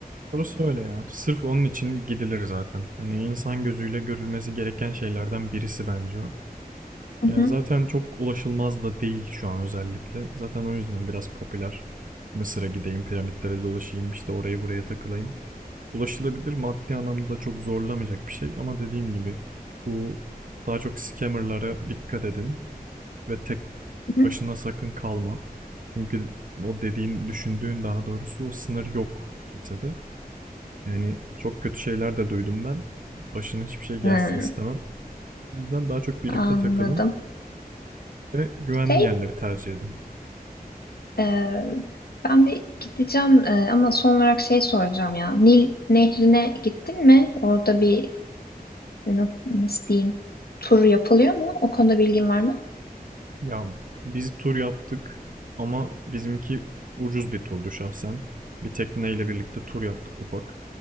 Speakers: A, on the right; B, on the left.
A: Orası öyle ya. Sırf onun için gidilir zaten. Hani insan gözüyle görülmesi gereken şeylerden birisi bence o.
B: Hı
A: Yani,
B: hı.
A: zaten çok ulaşılmaz da değil şu an özellikle. Zaten o yüzden biraz popüler. Mısır'a gideyim, piramitlere dolaşayım, işte orayı buraya takılayım. Ulaşılabilir, maddi anlamda da çok zorlamayacak bir şey ama dediğim gibi bu daha çok scammer'lara dikkat edin ve tek
B: hı hı.
A: başına sakın kalma. Çünkü o dediğin, düşündüğün daha doğrusu o sınır yok kimsede. Yani çok kötü şeyler de duydum ben. Başına hiçbir şey gelsin
B: Hı,
A: istemem. O yüzden daha çok birlikte
B: anladım.
A: takılın. Ve güvenli
B: Şey,
A: yerleri tercih edin.
B: e, ben bir gideceğim e, ama son olarak şey soracağım ya. Nil Nehri'ne gittin mi? Orada bir e, na- nasıl diyeyim tur yapılıyor mu? O konuda bilgin var mı?
A: Ya biz tur yaptık ama bizimki ucuz bir turdu şahsen. Bir tekneyle birlikte tur yaptık ufak.